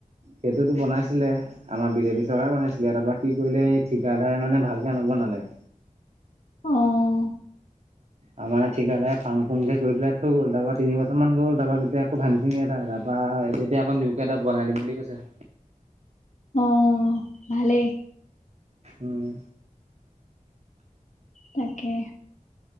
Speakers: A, on the right; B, on the left.
A: সেইটোতো বনাইছিলে আমাৰ বিজেপি চৰকাৰে বনাইছিলে তাৰ পৰা কি কৰিলে এই ঠিকাদাৰে মানে ভালকে নবানালে নালে।
B: অহ
A: আৰু মানে ঠিক ভাং ফুংকে কৰি পাই থৈ গ'ল। তাৰপৰা তিন বছৰমান গল তাৰপৰা গোট আকৌ ভাং চিঙি এটা তাৰৰা বা এতিয়া আকৌ নিউকে এটা বনাই দিম বুলি কৈছে।
B: অহ ভালেই।
A: উহ।
B: তাকে।